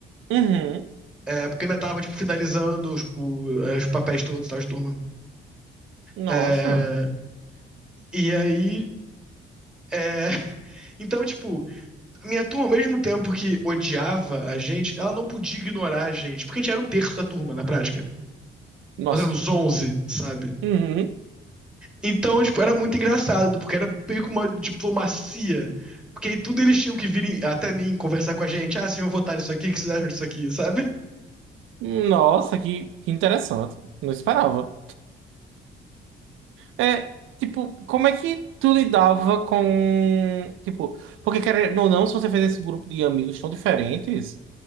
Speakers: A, on the right; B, in the centre.
A: Uhum.
B: É, porque ainda tava, tipo, finalizando os, o- os papéis todos, e tal, de turma.
A: Nossa.
B: É, e aí, é, <laughs> então, tipo, a minha turma, ao mesmo tempo que odiava a gente, ela não podia ignorar a gente, porque a gente era um terço da turma, na prática.
A: Nossa.
B: Nós éramos 11, sabe?
A: Uhum.
B: Então, tipo, era muito engraçado, porque era meio que uma diplomacia. Porque aí tudo eles tinham que vir em- até mim conversar com a gente. Ah, vocês vão votar nisso aqui? O que vocês acham disso aqui, sabe?
A: Nossa, que, que interessante. Não esperava. É, tipo, como é que tu lidava com, tipo, porque querendo ou não, se você fez esse grupo de amigos tão diferentes,